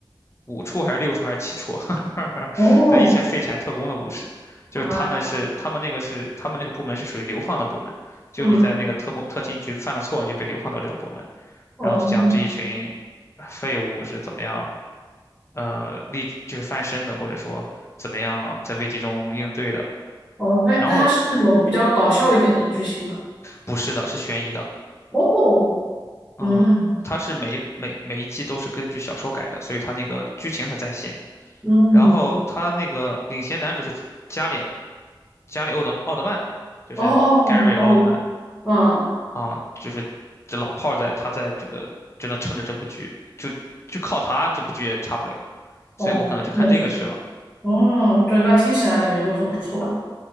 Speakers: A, on the left; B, in the centre.
A: 五处还是六处还是七处 <laughs>
B: 哦，
A: 的一些废柴特工的故事，就是他们是他们那个是他们那个部门是属于流放的部门，
B: 啊，
A: 就你在那个特工特勤局犯了错，
B: 嗯，
A: 你就被流放到这个部门，
B: 哦，
A: 然后就讲这一群废物是怎么样，呃，立就是翻身的，或者说怎么样在危机中应对的。
B: 哦，哎，
A: 然后
B: 那它是那种比较搞笑一点的剧情吗？
A: 不是的，是悬疑的，
B: 哦，
A: 嗯，
B: 嗯，
A: 它是每一每每一季都是根据小说改的，所以它那个剧情很在线。
B: 嗯，
A: 然后他那个领衔男主是加里加里奥德奥德曼，就是
B: 哦哦哦，
A: Gary 奥特曼
B: 嗯，
A: 啊，就是这老炮儿在，他在这个就能撑着这部剧，就就靠他这部剧也差不了，所以我可能就看这个去了。
B: 哦，那行，哦，对，那听起来感觉就很不错。